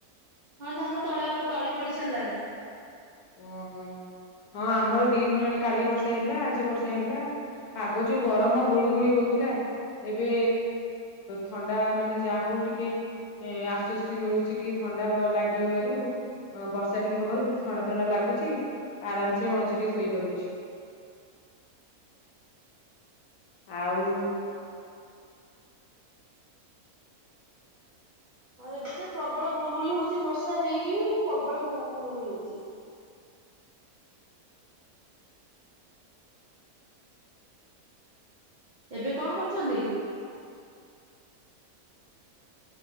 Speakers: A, on the right; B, on the left.
A: ହଁ ଧାନ ତଳା ତଳି ପଡି ସାରିଲାଣି।
B: ଓହୋ, ହଁ ଆମର ଦି ଦିନ ହେଣି କାଲି ବର୍ଷା ହେଇଲା ଆଜି ବର୍ଷା ହେଇଥିଲା। ପାଗ ଯୋଉ ଗରମ ଗୁଳିୁ ଗୁଳି ହଉଥିଲା। ଏବେ ଥଣ୍ଡା ମାନେ ଯାହା ହଉ ଟିକେ ଏଁ ଆଶ୍ଵସ୍ତି ମିଳୁଚି ଟିକେ ଥଣ୍ଡା ଲାଗିବାରୁ ବର୍ଷା ଟିକେ ହବାରୁ ଥଣ୍ଡା ଥଣ୍ଡା ଲାଗୁଛିି ଆରାମସେ ମଣିଷ ଟିକେ ଶୋଇପାରୁଛି। ଆଉ
A: ହଁ ଏବେ ତ ପ୍ରବଳ ଗୁଳୁଗୁଳି ହଉଛି ବର୍ଷା ହେଇକି ବି ପ୍ରବଳ ଗୁଳୁଗୁଳି ହଉଛି। ଏବେ କଣ କରୁଛନ୍ତି?